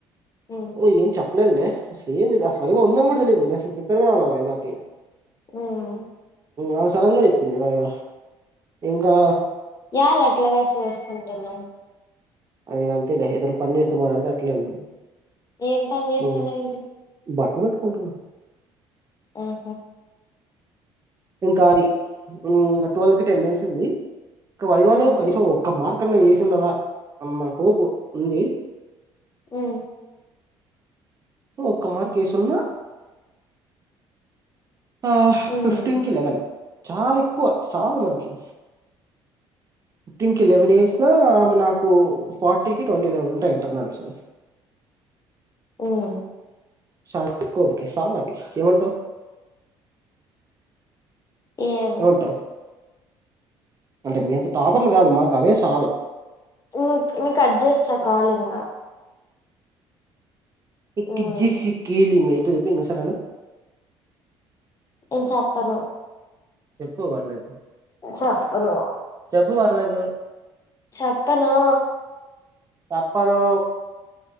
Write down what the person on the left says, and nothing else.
ఉమ్
ఉమ్
యల్ అట్లాగా చేసుకుంటునవ్.
ఏం పని చేస్తున్నా
ఇప్పుడు
ఓహో.
ఉమ్
ఉమ్.
ఉమ్
ఉమ్.
ఏమో
నీక్ నీకు కట్ చేస్తా కాల్ ఇంగ
ఉమ్
నేన్ చెప్పను
చప్పను
చెప్పానా.